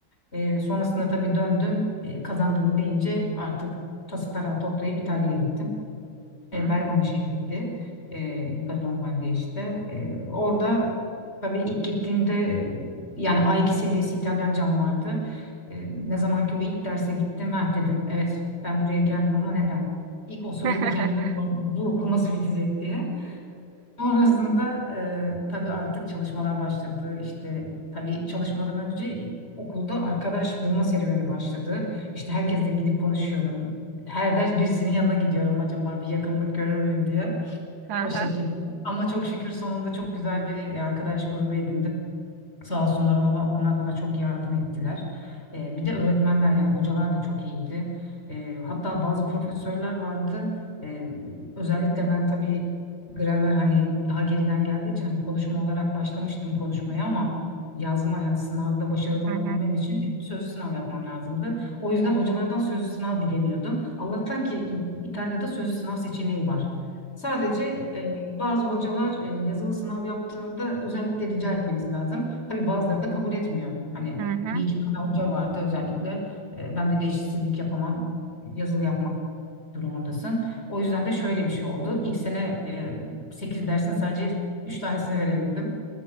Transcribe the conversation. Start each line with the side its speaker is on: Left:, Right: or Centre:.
Left: E, sonrasında tabii döndüm. E, kazandım deyince artık tası tarağı toplayıp İtalya'ya gittim. E,
Right: Hı hı.
Left: Bergama şehriydi. E, Yukarı Lombardiya işte. E, orada tabii ilk gittiğimde e, yani A2 seviyesi İtalyancam vardı. E, ne zaman ki o ilk derse gittim, ha dedim. Evet ben buraya geldim ama neden? İlk o soruyu
Right: <laughs>
Left: bir kendime sordum. Bu okul nasıl bitecek diye. Sonrasında e, tabii artık çalışmalar başladı. İşte tabii çalışmadan önce okulda arkadaş bulma serüveni başladı. İşte herkesle gidip konuşuyorum. Her ders birisinin yanına gidiyorum acaba bir yakınlık görür müyüm diye.
Right: Hı
Left: O
Right: hı.
Left: şekilde. Ama çok şükür sonunda çok güzel bir arkadaş grubu edindim. Sağ olsunlar ona, onlar bana çok yardım ettiler. Ee, bir de öğretmenler yani hocalar da çok iyiydi. Ee, hatta bazı profesörler vardı. Ee, özellikle ben tabii gramer hani daha geriden geldiği için hani konuşma olarak başlamıştım konuşmaya ama yazma yani sınavda başarılı olabilmem
Right: Hı hı.
Left: için benim sözlü sınav yapmam lazımdı. O yüzden hocalardan sözlü sınav dileniyordum. Allah'tan ki İ- İtalya'da sözlü sınav seçeneği var. Sadece e, bazı hocalar e, yazılı sınav yaptığında özellikle rica etmeniz lazım. Tabii bazıları da kabul etmiyor. Hani
Right: Hı hı.
Left: bir iki tane hoca vardı özellikle. E, ben de eşitsizlik yapamam. Yazılı yapmak durumundasın. O yüzden de şöyle bir şey oldu. İlk sene e, 8 dersin sadece 3 tanesini verebildim.